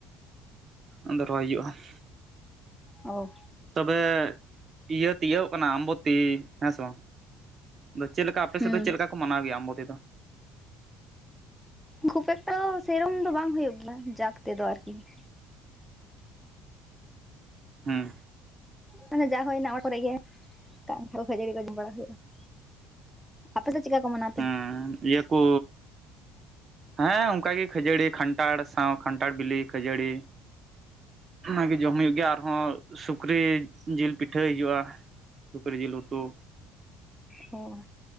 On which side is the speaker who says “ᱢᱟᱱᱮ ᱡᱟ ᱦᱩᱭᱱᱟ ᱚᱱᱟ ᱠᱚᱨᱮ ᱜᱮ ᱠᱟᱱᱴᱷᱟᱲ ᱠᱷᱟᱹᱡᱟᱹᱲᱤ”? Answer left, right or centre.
Centre